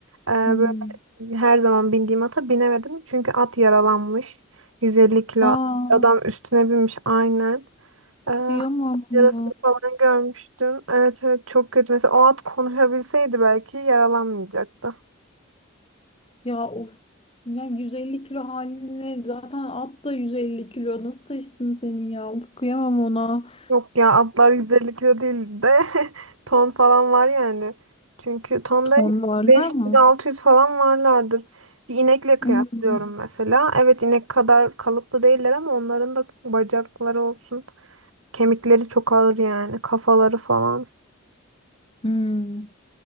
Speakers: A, on the right (about 85°); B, on the left (about 25°).
A: e, böyle
B: hı.
A: her zaman bindiğim ata binemedim. Çünkü at yaralanmış. 150 kilo
B: Aa,
A: adam üstüne binmiş aynen. Ee,
B: kıyamam ya.
A: yarasını falan görmüştüm. Evet evet çok kötü. Mesela o at konuşabilseydi belki yaralanmayacaktı.
B: Ya of. Ya 150 kilo haline zaten at da 150 kilo. Nasıl taşısın seni ya? Of kıyamam ona.
A: Yok ya atlar 150 kilo değil de <laughs> ton falan var yani. Çünkü tonda
B: Ton varlar
A: 500-600
B: mı?
A: falan varlardır. Bir inekle kıyaslıyorum
B: Hmm,
A: mesela. Evet inek kadar kalıplı değiller ama onların da bacakları olsun. Kemikleri çok ağır yani kafaları falan.
B: hmm.